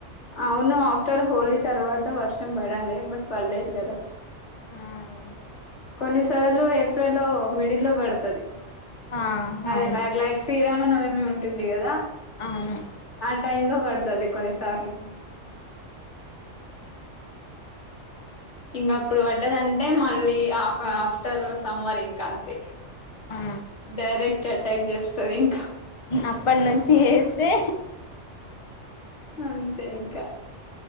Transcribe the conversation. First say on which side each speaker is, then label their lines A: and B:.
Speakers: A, on the left; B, on the left.
A: అవును ఆఫ్టర్ హోలీ తర్వాత వర్షం పడాలి బట్ పర్లేదు కదా
B: ఆ
A: కొన్ని సార్లు ఏప్రిల్ లో మిడిల్ లో పడుతుది
B: ఆ
A: అదే
B: అవును
A: లైక్ శ్రీరామన్ మి ఉంటుంది కదా
B: అవును
A: టై లో పడుతుంది కొన్నిసార్లు ఇంకా అప్పుడు పడ్డదంటే మళ్ళీ ఆఫ్టర్ సమ్మర్ ఇంకా అంతే
B: ఆ
A: డైరెక్ట్ అటాక్ చేస్తారు ఇంకా
B: అప్పటి నుంచి వస్తే
A: అంతే ఇంకా